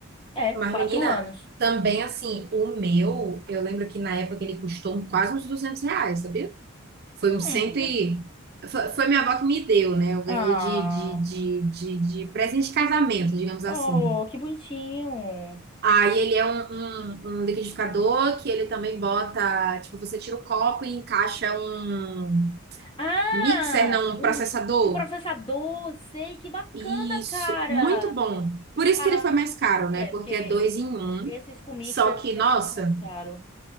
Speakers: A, on the left (about 25°); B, on the right (about 45°).
A: É,
B: Mas,
A: quatro
B: menina,
A: anos.
B: também assim, o meu, eu lembro que na época ele custou um, quase uns 200 reais, sabia? Foi um cento
A: Hum.
B: e... Foi, foi minha avó que me deu, né? Eu ganhei
A: Ah,
B: de, de, de, de, de presente de casamento, digamos assim.
A: oh, que bonitinho.
B: Aí ele é um, um, um liquidificador que ele também bota... Tipo, você tira o copo e encaixa um
A: Ah,
B: mixer, não,
A: um,
B: um processador.
A: um processador, sei, que bacana,
B: Isso,
A: cara.
B: muito bom. Por isso
A: Ah,
B: que ele foi mais caro,
A: é,
B: né? Porque
A: porque
B: é dois em um.
A: esses comics
B: Só
A: sempre
B: que, nossa,
A: bem mais caro.